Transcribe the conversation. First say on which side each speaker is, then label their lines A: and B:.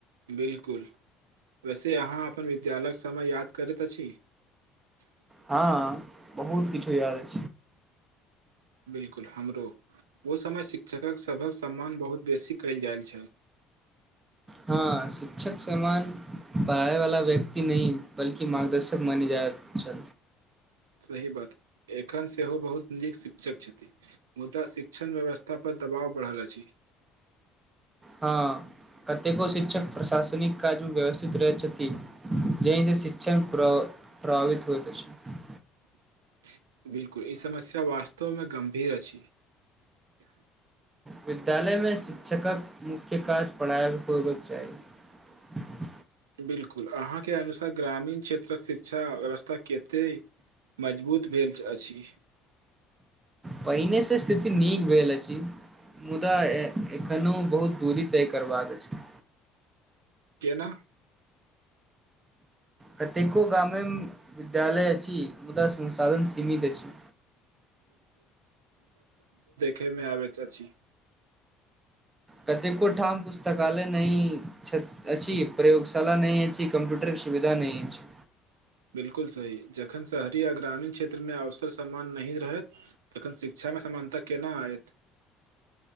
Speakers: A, on the right (about 75°); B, on the right (about 20°).
A: बिल्कुल वैसे अहाँ अपन विद्यालयक समय याद करैत अछि
B: हँ बहुत किछु याद अछि
A: बिल्कुल हमरो ओहि समय शिक्षकक सभक सम्मान बहुत बेसी कयल जाइत छल
B: हँ शिक्षक समान पढ़ाइवाला व्यक्त नहि बल्कि मार्गदर्शक मानै जाइत रहल अच्छा
A: सही बात एखन सेहो बहुत नीक शिक शिक्षक छथिन मुदा शिक्षण व्यवस्था पर दबाव पड़ल अछी
B: हँ कतेको शिक्षक प्रशासनिक काजमे व्यवस्थित रहैत छथिन जहिसँ शिक्षण प्र प्रभावित होइत अछी
A: <inaudible> बिल्कुल ई समस्या वास्तवमे गंभीर अछि
B: विद्यालयमे शिक्षकक मुख्य काज पढ़ाय होयबाके चाही
A: बिल्कुल अहाँके अनुसार ग्रामीण क्षेत्रक शिक्षा व्यवस्था कते मजबूत भेल अछि
B: पहिनेसँ स्थिति नीक भेल अछि मुदा एखनो बहुत दूरी तय करबाक छै
A: केना
B: कतेको गामेम विद्यालय अछि मुदा संसाधन सीमित अछि
A: केमे आबैत अछि
B: कतेको ठाम पुस्तकालय नहि छैअ नहि अछि प्रयोगशाला नहि अछि कंप्यूटर के सुविधा नहि अछि
A: <inaudible> बिल्कुल सही जखन शहरी आ ग्रामीण क्षेत्रमे अवसर समान नहि रहैत तखन शिक्षामे समानता केना आयत